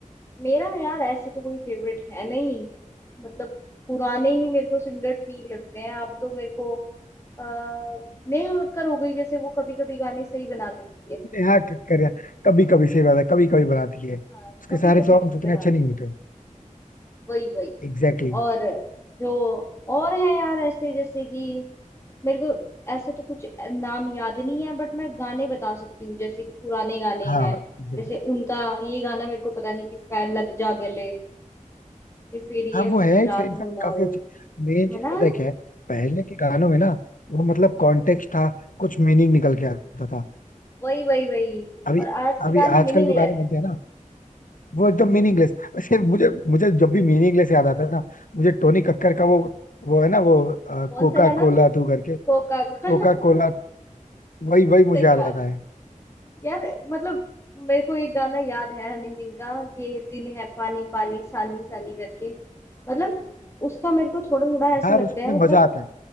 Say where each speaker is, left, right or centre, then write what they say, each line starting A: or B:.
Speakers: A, on the left; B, on the left.
A: मेरा यार ऐसे तो कोई फेवरेट है नहीं मतलब पुराने ही मेरे को सिंगर ठीक लगते हैं अब तो मेरे को अह, नेहा कक्कर हो गई जैसे वो कभी कभी गाने सही बना लेती है
B: नेहा कक्कर कभी कभी सही बात है कभी कभी बनाती है उसके
A: हाँ कभी
B: सारे
A: कभी
B: सॉन्ग
A: ठीक
B: उतने
A: बनाती
B: अच्छे नहीं होते
A: है वही वही
B: Exactly exactly.
A: और जो और है यार ऐसे जैसे कि मेरे को ऐसे तो कुछ नाम याद नहीं है बट मैं गाने बता सकती हूँ जैसे कि पुराने गाने
B: हाँ
A: हैं
B: जैसे-
A: जैसे उनका ये गाना मेरे को पता नहीं किसका है लग जा गले कि फिर ये
B: हाँ
A: हंसी
B: वो है
A: रात
B: इनफैक्ट
A: हो ना
B: काफी
A: हो
B: अच्छा मेन चीज
A: है ना
B: पता है क्या है पहले के गानों में ना वो मतलब कॉन्टेक्स्ट था कुछ मीनिंग निकल के आता था
A: वही वही वही
B: अभी
A: और आज के
B: अभी
A: गाने मीनिंगलेस
B: आजकल जो गाने बनते हैं ना वो एकदम मीनिंगलेस <laughs> वैसे मुझे मुझे जब भी मीनिंगलेस याद आता है ना मुझे टोनी कक्कर का वो वो है ना वो
A: कौन
B: कोका
A: सा गाना
B: कोला तू करके
A: होका <laughs>
B: कोका कोला वही वही मुझे
A: सही
B: याद
A: बात
B: आता है
A: यार मतलब मेरे को एक गाना याद है हनी सिंह का कि दिन है पानी पानी सानी सानी करके मतलब उसका मेरे को थोड़ा थोड़ा ऐसा
B: यार
A: लगता
B: उसमें
A: है मतलब
B: मजा आता है